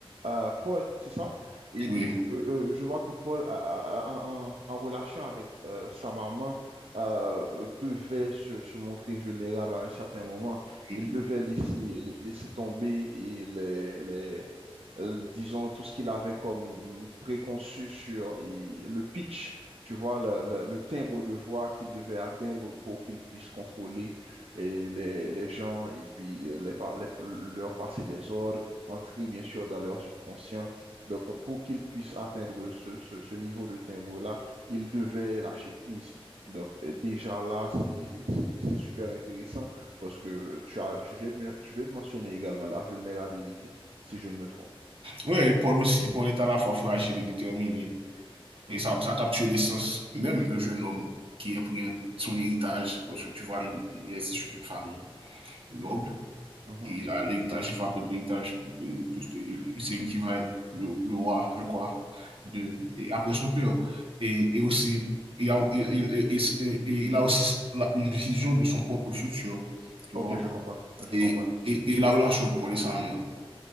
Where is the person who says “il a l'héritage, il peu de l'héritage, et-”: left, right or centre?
Right